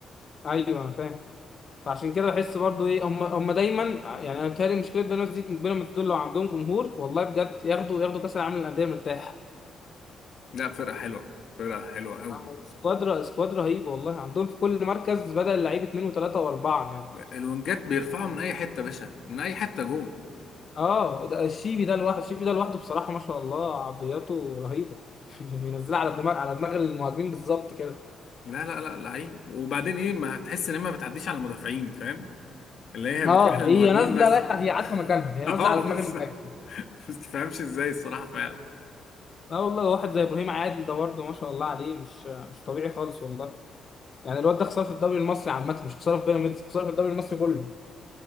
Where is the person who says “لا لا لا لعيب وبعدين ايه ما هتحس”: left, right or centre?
Left